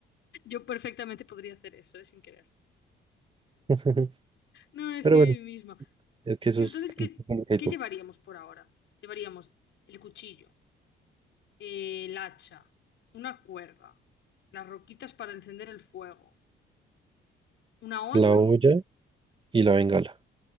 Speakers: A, on the left (about 70°); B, on the right (about 25°).
A: Yo perfectamente podría hacer eso, eh, sin querer.
B: <laughs>
A: No me
B: Pero
A: fío
B: bueno,
A: de mí misma.
B: es que eso
A: Pero
B: es
A: entonces, ¿qué,
B: complicadito.
A: qué llevaríamos por ahora? Llevaríamos el cuchillo, eh, el hacha, una cuerda, las roquitas para encender el fuego, una olla
B: La olla y la bengala.